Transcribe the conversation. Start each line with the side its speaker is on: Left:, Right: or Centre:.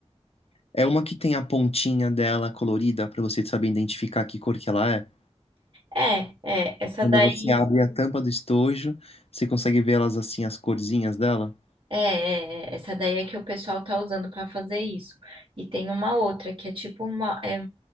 Left: É uma que tem a pontinha dela colorida pra você saber identificar que cor que ela é.
Right: É, é, essa
Left: Quando
Right: daí
Left: você abre a tampa do estojo, você consegue ver elas assim, as corzinhas dela?
Right: É, é, é, essa daí é que o pessoal tá usando para fazer isso. E tem uma outra que é tipo uma é,